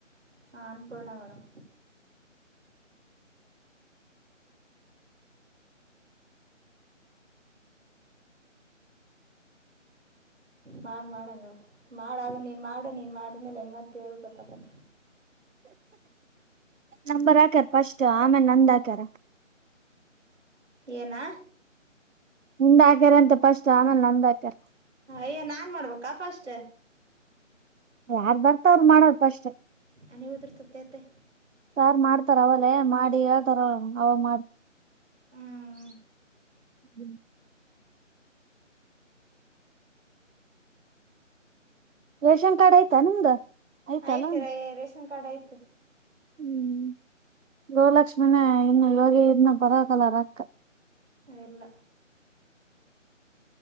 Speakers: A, on the right (about 60°); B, on the right (about 75°).
A: ಹಾ ಅನ್ಪೂರ್ಣ ಮೇಡಮ್ ಮಾಡಿ ಮಾಡಂಗ ಮಾಡ ಅದು ನೀನು ಮಾಡು ನೀನು ಮಾಡಿದ್ಮೇಲೆ ಹೆಂಗ ಅಂತೇಳಿ ಗೊತ್ತಕತ್ತ
B: ನಂಬರ್ ಹಾಕ್ಯಾರ ಫಸ್ಟ್ ಆಮೇಲೆ ನಂದ ಹಾಕ್ಯಾರ
A: ಏನಾ
B: ನಿಂದ್ ಹಾಕ್ಯಾರ ಅಂತ ಪಫಸ್ಟ್ ಆಮೇಲೆ ನಂದ ಹಾಕ್ಯಾರ್
A: ಯ್ಯ ನಾನ್ ಮಾಡ್ಬೇಕಾ ಫಸ್ಟ್
B: ಯಾರ್ ಬರ್ತಾವ ಅವ್ರು ಮಾಡೋದ ಪಫಸ್ಟ್
A: ಅನವುದ್ರತತೆತೆ
B: ಯಾರ್ು ಮಾಡ್ತಾರ ಅವಲ್ಲೇ ಮಾಡಿ ಹೇಳ್ತಾರ ಅವ ಅವಾಗ್
A: ಹ್ಮ್
B: ಹ್ಮ್ ರೇಷನ್ ಕಾರ್ಡ್ ಆಯ್ತಾ ನಿಮ್ದ ಐತಲ್ಲ
A: ಐ್ತ ರ ರೇಷನ್ ಕಾರ್ಡ್ ಐ್ತೆ
B: ಹ್ಮ್ ಗೋಲಕ್ಷ್ಮನ ಇನ್ನು ಯೋಗಿ ಇದನ್ನ ಪರವಾಗಿ ಕಲ್ಲ ರಕ್ಕ
A: ಎಲ್ಲ